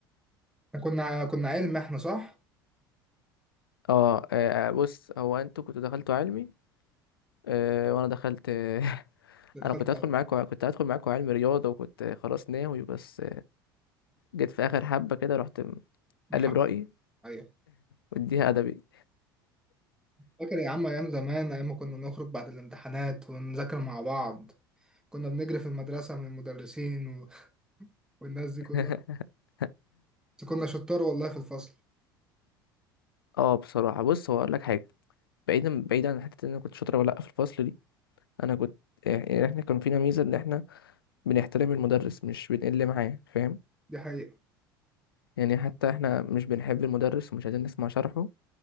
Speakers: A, in the centre; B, on the left (about 80°).
A: احنا كنا كنا علم احنا صح؟
B: اه آه، بص هو انتوا كنتوا دخلتوا علمي آه، وانا دخلت <laughs>
A: دخلت
B: انا كنت هدخل معاكم كنت هدخل معاكم علم رياضه وكنت خلاص ناوي بس جيت في اخر حبه كده رحت
A: محمد
B: قلب رايي
A: أيوه.
B: واديها ادبي
A: فاكر يا عم أيام زمان أيام ما كنا نخرج بعد الامتحانات ونذاكر مع بعض كنا بنجري في المدرسة من المدرسين و... والناس دي كلها
B: <laughs>
A: بس كنا شطار والله في الفصل
B: اه بصراحه بص هو اقول لك حاجه بعيدا بعيدا عن حته ان انا كنت شاطر ولا لا في الفصل دي انا كنت يعني احنا كان فينا ميزه ان احنا بنحترم المدرس مش بنقل معاه فاهم
A: دي حقيقة
B: يعني حتى احنا مش بنحب المدرس ومش عايزين نسمع شرحه